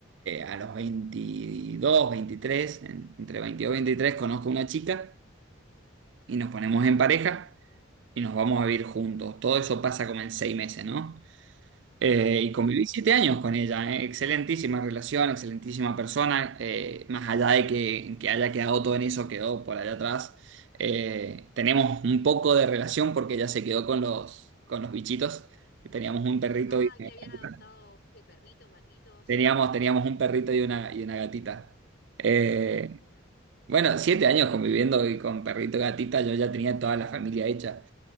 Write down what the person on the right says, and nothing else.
a los veintidós veintitrés en- entre 22 y 23 conozco una chica y nos ponemos en pareja y nos vamos a vivir juntos. Todo eso pasa como en seis meses, ¿no? Eh, y
conviví siete años con ella, eh. Excelentísima relación, excelentísima persona, eh, más allá de que, que haya quedado todo en eso, quedó por allá atrás. Eh, tenemos un poco de relación porque ella se quedó con los, con los bichitos, que teníamos un perrito
y <laughs> una
gatita.
Teníamos, teníamos un perrito y una, y una gatita. Eh,
bueno, siete años conviviendo y con perrito y gatita, yo ya tenía toda la familia hecha.